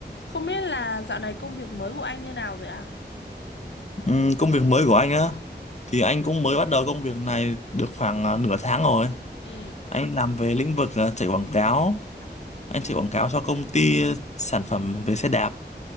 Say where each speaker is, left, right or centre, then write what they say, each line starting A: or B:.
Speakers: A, on the left; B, on the left.
A: Không biết là dạo này công việc mới của anh như nào rồi ạ?
B: Ừ, công việc mới của anh á thì anh cũng mới bắt đầu công việc này được khoảng à, nửa tháng rồi.
A: ừ
B: Anh làm về lĩnh vực à, chạy quảng cáo. Anh chạy quảng cáo cho công ty sản phẩm về xe đạp.